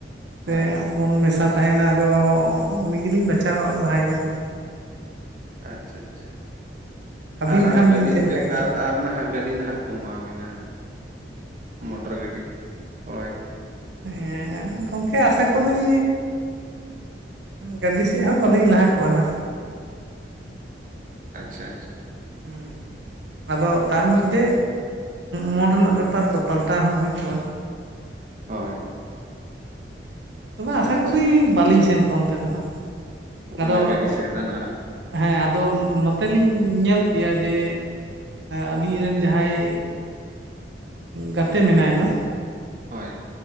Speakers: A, on the right; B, on the right.
A: ᱥᱮ
B: ᱦᱳᱭ
A: ᱢᱚᱱ ᱢᱮᱥᱟ ᱛᱟᱦᱮᱱᱟ ᱟᱫᱚ ᱩᱱᱤ ᱜᱮᱞᱤᱧ ᱵᱟᱪᱷᱟᱣᱟ ᱞᱟᱦᱟᱭᱮᱭᱟ ᱦᱟᱸᱜ,
B: ᱟᱪᱪᱷᱟ ᱟᱪᱪᱷᱟ
A: ᱟᱹᱵᱤᱱ
B: ᱟᱨ ᱦᱟᱸᱜ
A: ᱠᱷᱟᱱ ᱫᱚᱵᱤᱱ
B: ᱜᱟᱹᱰᱤ
A: ᱪᱮᱫ ᱞᱮᱠᱟ ᱠᱮᱭᱟ
B: ᱟᱨ ᱟᱨ ᱱᱟᱦᱜ ᱜᱟᱹᱰᱤ ᱱᱟᱦᱜ ᱠᱚ ᱮᱢᱟ ᱵᱮᱤᱱᱟ ᱦᱟᱸᱜ, ᱢᱚᱴᱚᱨ ᱜᱟᱹᱰᱤ ᱦᱳᱭ
A: ᱦᱮᱸ ᱜᱚᱢᱠᱮ ᱟᱥᱟ ᱠᱚᱨᱤ ᱜᱟᱹᱰᱤ ᱥᱮᱫ ᱦᱚᱸ ᱵᱟᱹᱞᱤᱧ ᱞᱟᱦᱟ ᱠᱚᱣᱟ ᱱᱟᱜ,
B: ᱟᱪᱪᱷᱟ ᱟᱪᱪᱷᱟ
A: ᱦᱮᱸ ᱟᱫᱚ ᱛᱟᱨ ᱢᱚᱫᱽᱫᱷᱮ ᱢᱚᱱ ᱨᱮᱱᱟᱜ ᱵᱮᱯᱟᱨ ᱛᱚ ᱯᱟᱞᱴᱟᱣ ᱦᱚᱸ ᱦᱩᱭ ᱠᱚᱜᱼᱟ,
B: ᱦᱳᱭ
A: ᱛᱚᱵᱮ ᱟᱥᱟ
B: ᱟᱪᱪᱷᱟ
A: ᱠᱚᱤ ᱵᱟᱹᱞᱤᱧ ᱥᱮᱱ ᱠᱚᱜᱣᱟ ᱚᱱᱛᱮ ᱫᱚ ᱦᱟᱸᱜ, ᱟᱫᱚ
B: ᱚᱱᱟ ᱜᱟᱹᱰᱤ ᱥᱮᱫ ᱫᱚ ᱱᱟᱦᱟᱜ
A: ᱦᱮᱸ ᱟᱫᱚ ᱱᱚᱛᱮᱞᱤᱧ ᱧᱮᱞ ᱠᱮᱭᱟ ᱡᱮ ᱟᱞᱤᱧ ᱨᱮᱱ ᱡᱟᱦᱟᱸᱭ ᱜᱟᱛᱮ ᱢᱮᱱᱟᱭ ᱫᱚ
B: ᱦᱳᱭ